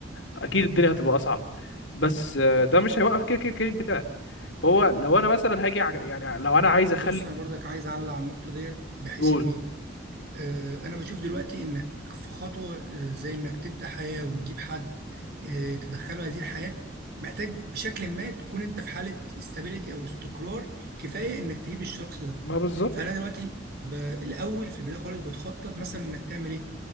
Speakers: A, on the left; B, on the right.
A: اكيد الدنيا هتبقى اصعب بس آه، ده مش هيوقف كده كده الكارير بتاعك فهو لو انا مثلا هاجي ع- يعني لو انا عايز اخلي
B: بص انا برضك عايز اعلق على النقطه ديت بحيث
A: تقول
B: ان ايه آه، انا بشوف دلوقتي انك في خطوه آه، زي انك تبدا حياه وتجيب حد آه، تدخله هذه الحياه محتاج بشكل ما تكون انت في حاله استابيليتي او استقرار كفايه انك تجيب الشخص ده
A: ما بالظبط
B: فانا دلوقتي ب- الاول في البدايه خالص بتخطط مثلا انك تعمل ايه